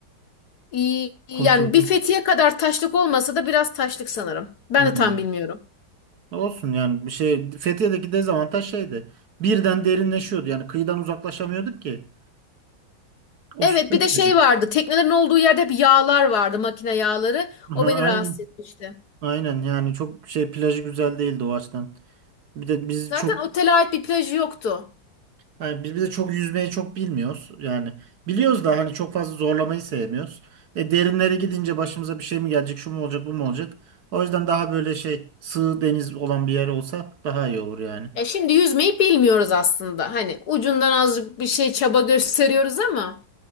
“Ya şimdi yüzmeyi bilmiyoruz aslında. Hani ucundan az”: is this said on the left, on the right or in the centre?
Left